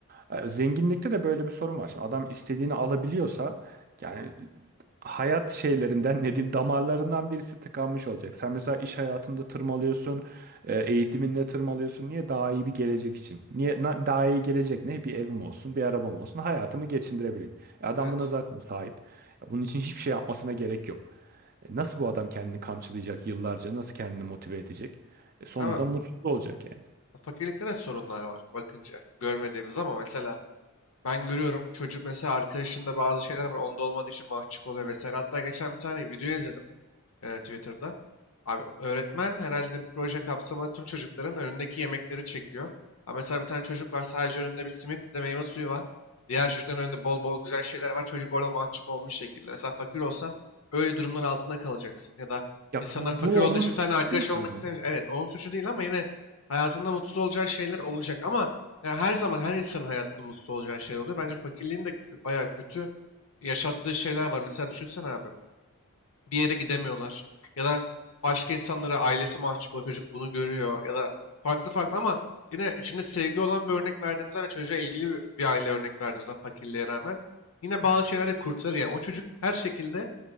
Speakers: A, on the right (about 40°); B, on the left (about 60°).
A: Ee, Zenginlikte de böyle bir sorun var. Şimdi adam istediğini alabiliyorsa yani hayat şeylerinden ne diyeyim damarlarından birisi tıkanmış olacak. Sen mesela iş hayatında tırmalıyorsun, e, eğitiminde tırmalıyorsun. Niye? Daha iyi bir gelecek için. Niye? Na- Daha iyi gelecek ne? Bir evim olsun, bir arabam olsun, hayatımı geçindirebileyim. E, adam
B: Evet.
A: buna zaten sahip. E, Bunun için hiçbir şey yapmasına gerek yok. E, Nasıl bu adam kendini kamçılayacak yıllarca? Nasıl kendini motive edecek? E, sonuçta
B: Ama
A: mutsuz olacak yani.
B: fakirlikte de sorunlar var bakınca. Görmediğimiz ama mesela Ben görüyorum çocuk mesela arkadaşında bazı şeyler var onda olmadığı için mahcup oluyor vesaire. Hatta geçen bir tane video izledim e, Twitter'da. Abi öğretmen herhalde bir proje kapsamında tüm çocukların önündeki yemekleri çekiyor. Ama mesela bir tane çocuk var sadece önünde bir simit bir de meyve suyu var. Diğer çocukların önünde bol bol güzel şeyler var. Çocuk orada mahcup olmuş şekilde. Mesela fakir olsan öyle durumlar altında kalacaksın. Ya da
A: Ya
B: insanlar
A: bu,
B: fakir
A: bu
B: olduğu
A: onun
B: için seninle
A: suçu
B: arkadaş
A: değil
B: olmak
A: ki ama.
B: istemiyor. Evet onun suçu değil ama yine hayatında mutsuz olacağı şeyler olacak. Ama ya her zaman her insanın hayatında mutsuz olacağı şeyler oluyor. Bence fakirliğin de bayağı kötü yaşattığı şeyler var. Mesela düşünsene abi bir yere gidemiyorlar. Ya da başka insanlara ailesi mahcup oluyor, çocuk bunu görüyor ya da farklı farklı ama yine içinde sevgi olan bir örnek verdiğimizden ve çocuğa ilgili bir- bir aile örnek verdiğimizden fakirliğe rağmen yine bazı şeyler de kurtarır yani. O çocuk her şekilde